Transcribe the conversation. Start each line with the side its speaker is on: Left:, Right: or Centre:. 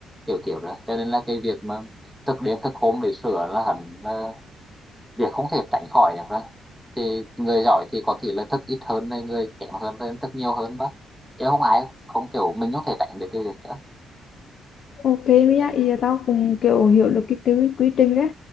Centre: kiểu kiểu rồi cho nên là cái việc mà thức đêm thức hôm để sửa là hẳn ờ, việc không thể tránh khỏi được rồi thì người giỏi thì có thể là thức ít hơn này người kém hơn thì thức nhiều hơn đó chứ không ai không kiểu mình không thể tránh được cái việc đó
Left: ok với lại ý là tao cũng kiểu hiểu được cái, cái quy trình ấy